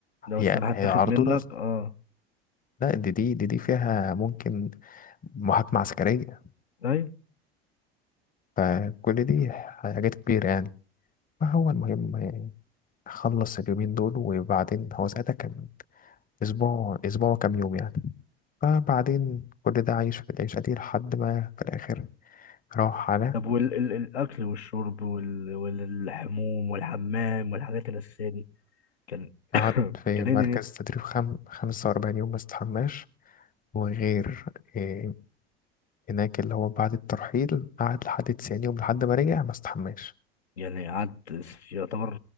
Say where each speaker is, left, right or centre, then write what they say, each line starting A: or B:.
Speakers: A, on the left; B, on the left.
A: لو
B: هي
A: السلاح
B: هي
A: اتاخد
B: على
A: منك
B: طول أص-
A: آه
B: لا دي دي دي دي فيها ممكن محاكمة عسكرية
A: أيوة
B: فكل دي حاجات كبيرة يعني فهو المهم خلص اليومين دول وبعدين هو ساعتها كان أسبوع أسبوع كام يوم يعني فبعدين كل ده عايش في العيشة دي لحد ما في الآخر راح على
A: طب والأكل والشرب وال... والحموم والحمام والحاجات الأساسية دي كان <coughs>
B: قعد في
A: كان
B: مركز
A: إيه نيته؟
B: تدريب خم... 45 يوم ما استحماش وغير إيه هناك اللي هو بعد الترحيل قعد لحد 90 يوم لحد ما رجع ما استحماش
A: يعني قعد يعتبر